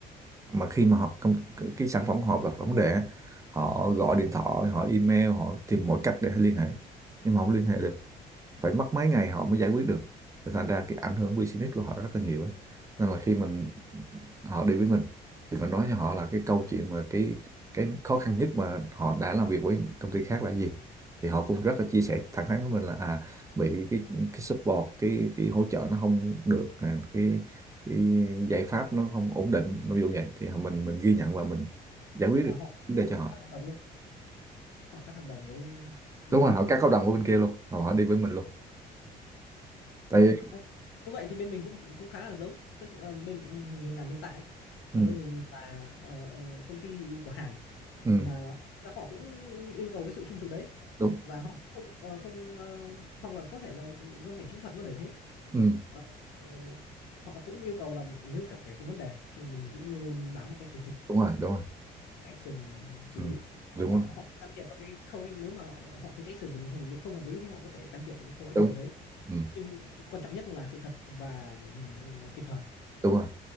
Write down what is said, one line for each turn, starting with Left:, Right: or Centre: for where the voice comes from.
Right: mà khi mà họ công, cái cái sản phẩm của họ gặp vấn đề á, họ gọi điện thoại họ email họ tìm mọi cách để liên hệ nhưng mà không liên hệ được phải mất mấy ngày họ mới giải quyết được Và thành ra cái ảnh hưởng business của họ rất là nhiều á. nên là khi mình họ đi với mình thì mình nói cho họ là cái câu chuyện mà cái cái khó khăn nhất mà họ đã làm việc với công ty khác là gì thì họ cũng rất là chia sẻ thẳng thắn với mình là à bị cái cái support cái cái hỗ trợ nó không được à, cái cái giải pháp nó không ổn định ví dụ vậy thì mình mình ghi nhận và mình giải quyết
Left: vậy là
Right: được
Left: họ
Right: vấn đề cho họ
Left: cắt hợp đồng luôn họ cắt hợp đồng với ờ, bên
Right: đúng rồi
Left: cũ
Right: họ cắt hợp đồng ở bên kia luôn họ họ đi với mình luôn tại
Left: Ờ,
Right: vì
Left: thì ờ, như vậy thì bên mình cũng cũng khá là giống tức là bên mình mình làm hiện tại ấy,
Right: ừ,
Left: là bên mình là ờ, ờ, công ty của Hàn
Right: ừ,
Left: mà họ cũng yêu cầu cái sự trung thực đấy
Right: đúng
Left: và họ không ờ, không ờ, hoặc là có thể là do ngành kỹ thuật nó đều thế
Right: Ừ,
Left: Ờ, ờ, họ cũng yêu cầu là nếu cả kẻ có vấn đề thì mình cũng luôn luôn báo một cách trung thực
Right: đúng rồi, đúng rồi.
Left: action xử
Right: Ừ,
Left: lý
Right: đúng
Left: và họ
Right: rồi.
Left: họ can thiệp vào cái khâu anh nếu mà họ thấy cái action của mình không không hợp lý thì họ có thể can thiệp vào cái khâu action
Right: Đúng.
Left: đấy
Right: Ừ,
Left: nhưng quan trọng nhất là sự thật và ừm, kịp thời
Right: đúng rồi.